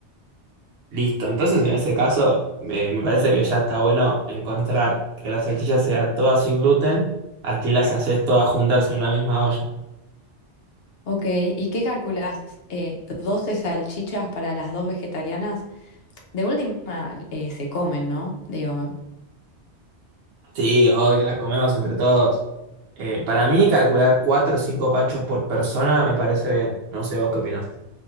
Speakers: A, on the right; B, on the left.
A: Listo, entonces en ese caso me me parece que ya está bueno encontrar que la salchicha sea toda sin gluten, así las haces todas juntas en una misma olla.
B: Ok, ¿y qué calculás? Eh, 12 salchichas para las dos vegetarianas. De última, eh, se comen, ¿no? Digo.
A: Sí, obvio, la comemos entre todos. Eh, para mí calcular cuatro o cinco panchos por persona me parece bien, no sé vos qué opinás.